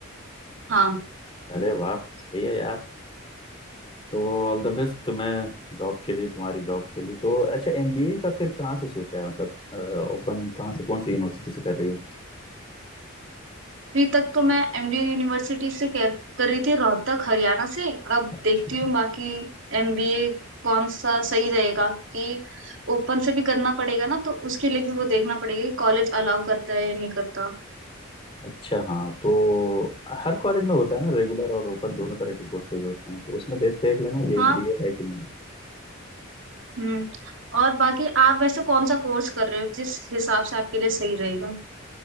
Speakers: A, on the right; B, on the left.
A: हाँ
B: अरे वाह सही है यार तो ऑल द बेस्ट तुम्हें जॉब के लिए तुम्हारी जॉब के लिए तो अच्छा एमबीए का फिर कहाँ से सोचा है मतलब ओपन कहाँ से कौन सी यूनिवर्सिटी से कर रही हो
A: अभी तक तो मैं एमडी यूनिवर्सिटी से कर, कर रही थी रोहतक हरियाणा से अब
B: अच्छा
A: देखती हूँ बाकी एमबीए कौन सा सही रहेगा क्योंकि ओपन से भी करना पड़ेगा ना तो उसके लिए भी वो देखना पड़ेगा कि कॉलेज अलाउ करता है या नहीं करता
B: अच्छा हाँ तो हर कॉलेज में होता है ना रेगुलर और ओपन दोनों तरह के कोर्सेज होते हैं तो उसमें देख देख लेना कि
A: हाँ
B: एमबीए है कि नहीं
A: हम्म और बाकी आप वैसे कौन सा कोर्स कर रहे हो जिस हिसाब से आपके लिए सही रहेगा